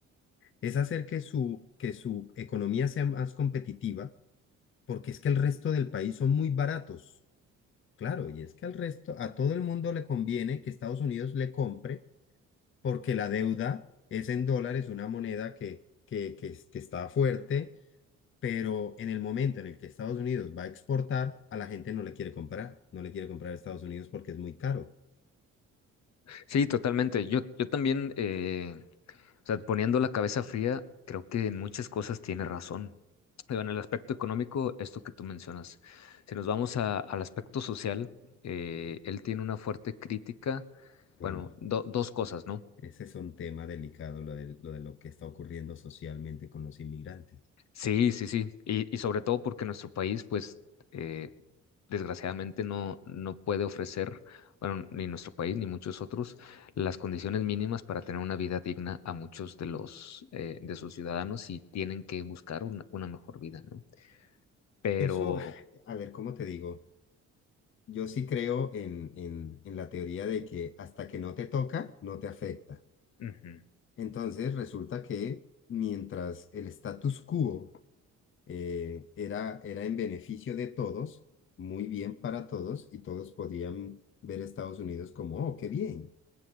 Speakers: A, on the left; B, on the left.
A: es hacer que su, que su economía sea más competitiva porque es que el resto del país son muy baratos. Claro, y es que al resto, a todo el mundo le conviene que Estados Unidos le compre, porque la deuda es en dólares, una moneda que, que, que, es- que está fuerte, pero en el momento en el que Estados Unidos va a exportar, a la gente no le quiere comprar, no le quiere comprar a Estados Unidos porque es muy caro.
B: Sí, totalmente. Yo, yo también... eh, O sea, poniendo la cabeza fría, creo que en muchas cosas tiene razón. Digo, en el aspecto económico, esto que tú mencionas. Si nos vamos a- al aspecto social, eh, él tiene una fuerte crítica,
A: Bueno,
B: bueno, do- dos cosas, ¿no?
A: ese es un tema delicado, lo de lo, de lo que está ocurriendo socialmente con los inmigrantes.
B: Sí, sí, sí. Y, y sobre todo porque nuestro país, pues, eh, desgraciadamente no, no puede ofrecer, bueno, ni nuestro país ni muchos otros, las condiciones mínimas para tener una vida digna a muchos de los, eh, de sus ciudadanos y tienen que buscar una, una mejor vida, ¿no? pero
A: Eso, a ver, ¿cómo te digo? Yo sí creo en, en, en la teoría de que hasta que no te toca, no te afecta.
B: ujú,
A: Entonces resulta que mientras el status quo eh, era, era en beneficio de todos, muy bien para todos, y todos podían ver a Estados Unidos como, oh, qué bien.